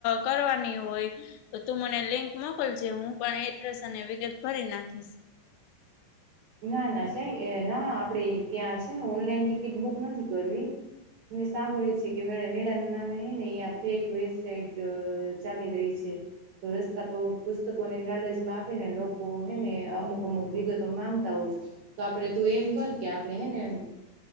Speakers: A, on the left (about 80°); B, on the right (about 45°).
A: કરવાની હોય તો, તું મને લિંક મોક મોકલ છે હું પણ એડ્રેસ અને વિગત ભરી નાખીશ.
B: ના ના સાહે ના આપે ત્યાં છે ને ઓનલાઈન ટિકિટ બુક નથી કરવી. મિશા બોલી છે, કે મે મેળા નામે હ ને અહંયા ફેક વેબસાઇટ ચાલી રહી છે. તો રસ્તા પર પુસ્તકોની લાલચમાં આપીને લોકો હે ને અમુક અમુક વિગતો માંગતા હોય તો, આપડે તું એમ કર કે આપડે હેને એમ